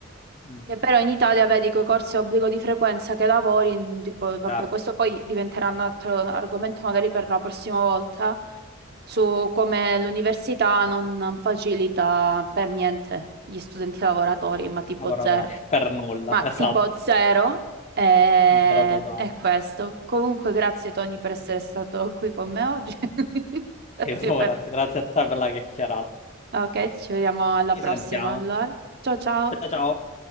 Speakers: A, on the left (about 35°); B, on the right (about 55°).
A: mm,
B: Che però in Italia, vedi, con i corsi a obbligo di frequenza che lavori, in- tipo, vabbè,
A: certo,
B: questo poi diventerà un altro argomento magari per la prossima volta, su come l'università non non facilita per niente gli studenti lavoratori, ma tipo
A: laboratorio,
B: zero.
A: <laughs> per nulla,
B: Ma
A: esatto,
B: tipo zero è,
A: zero totale.
B: è questo. Comunque, grazie Tony per essere stato qui con me oggi. <laughs> Grazie
A: Figurati,
B: per...
A: grazie a te per la chiacchierata.
B: Ok, ci vediamo alla
A: Ci
B: prossima
A: sentiamo.
B: allora. Ciao ciao.
A: Ciao ciao.